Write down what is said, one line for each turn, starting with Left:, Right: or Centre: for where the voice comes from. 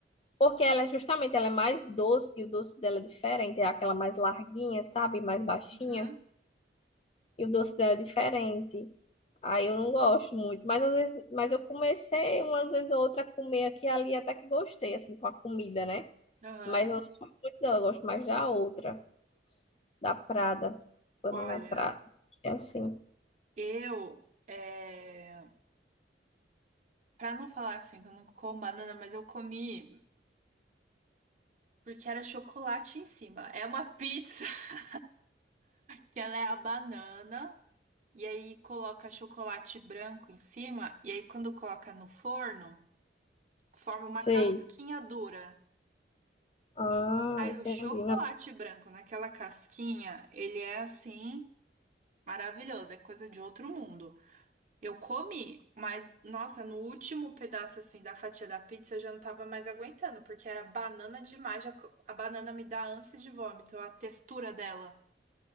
Left: Porque ela é justamente, ela é mais doce, e o doce dela é diferente, é aquela mais larguinha, sabe? Mais baixinha,
Right: Uhum.
Left: e o doce dela é diferente. Aí eu não gosto muito, mas às vezes, mas eu comecei umas vezes ou outra a comer aqui e ali, até que gostei, assim, com a comida, né?
Right: Aham.
Left: Mas eu não gosto muito dela, eu gosto mais da outra. da Prada, banana
Right: Olha,
Left: Prada. É assim.
Right: eu. É... Pra não falar assim que eu não como banana, mas eu comi porque era chocolate em cima. É uma pizza <laughs> que ela é a banana. E aí coloca chocolate branco em cima. E aí quando coloca no forno, forma
Left: Sei.
Right: uma casquinha dura.
Left: Ah,
Right: Aí
Left: entendi.
Right: o chocolate
Left: Não,
Right: branco naquela casquinha, ele é assim maravilhoso, é coisa de outro mundo. Eu comi, mas nossa, no último pedaço assim da fatia da pizza eu já não tava mais aguentando, porque era banana demais, já co- a banana me dá ânsia de vômito, a textura dela.